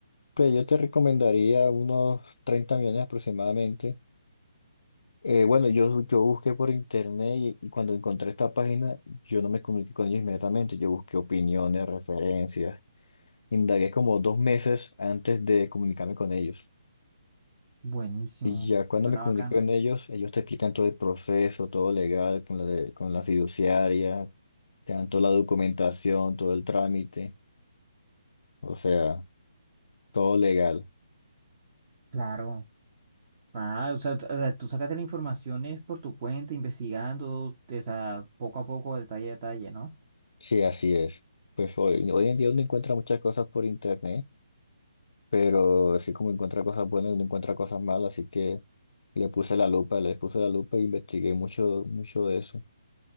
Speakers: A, on the left; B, on the right.
A: Pues yo te recomendaría unos 30 millones aproximadamente. Eh, bueno, yo, yo busqué por internet y, y cuando encontré esta página, yo no me comuniqué con ellos inmediatamente. Yo busqué opiniones, referencias. Indagué como dos meses antes de comunicarme con ellos.
B: Buenísimo,
A: Y ya cuando
B: suena
A: me comuniqué
B: bacano.
A: con ellos, ellos te explican todo el proceso, todo legal, con la, de- con la fiduciaria, te dan toda la documentación, todo el trámite. O sea, todo legal.
B: Claro. Ah, o sea, t- o sea, tú sacaste la información es por tu cuenta, investigando, o sea, poco a poco, detalle a detalle, ¿no?
A: Sí, así es. Pues hoy, hoy en día uno encuentra muchas cosas por internet, pero así como encuentra cosas buenas, uno encuentra cosas malas, así que le puse la lupa, le puse la lupa e investigué mucho, mucho de eso.